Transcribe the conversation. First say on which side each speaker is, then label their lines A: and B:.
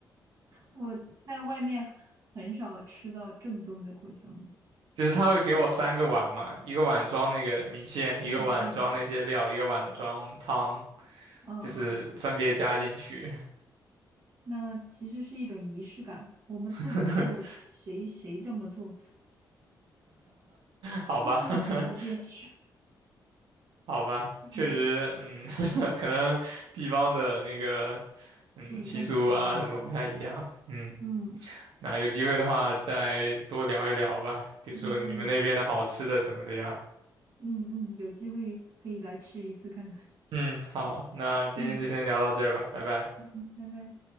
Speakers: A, on the right; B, on the right.
A: 我在外面很少吃到正宗的过桥米线。
B: <laughs> 就是他会给我三个碗嘛，一个碗装那个米线，一个碗装那些料，
A: 嗯嗯嗯
B: 一个碗装汤，
A: 嗯嗯。
B: 就是分别加进去。
A: 那其实是一种仪式感。我们自己做，
B: <laughs>
A: 谁谁这么做，
B: 好吧，
A: 都是直接吃，
B: <laughs> 好吧，
A: 嗯
B: 确实，嗯，<laughs> 可能地方的那个，嗯，
A: 不一样，
B: 习俗啊什么不太一样，
A: 有意义。
B: 嗯，
A: 嗯，
B: 那有机会的话再多聊一聊吧，比如说你们那边的好吃的什么的呀，
A: 你也可以，嗯嗯，有机会可以来吃一次看看。
B: 嗯，好，那今天就先聊到这儿吧，
A: 嗯
B: 拜拜。
A: 嗯，拜拜。